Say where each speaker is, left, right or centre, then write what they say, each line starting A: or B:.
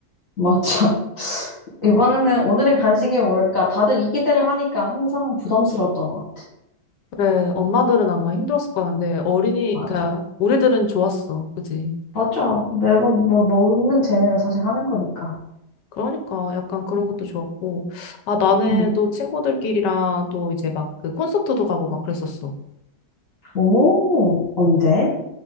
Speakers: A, on the left (about 50°); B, on the left (about 75°).
A: 맞아. 이번에는 오늘은 간식이 뭘까? 다들 이 기대를 하니까 항상 부담스러웠던 것 같아.
B: 그래, 엄마들은 아마 힘들었을 거야. 근데 어린이,
A: 맞아.
B: 그러니까 우리들은 좋았어. 그지?
A: 맞아. 매번 뭐 먹는 재미로 사실 하는 거니까.
B: 그러니까 약간 그런 것도 좋았고. 아, 나는
A: 응.
B: 또 친구들끼리랑 또 이제 막 그 콘서트도 가고 막 그랬었어.
A: 오, 언제?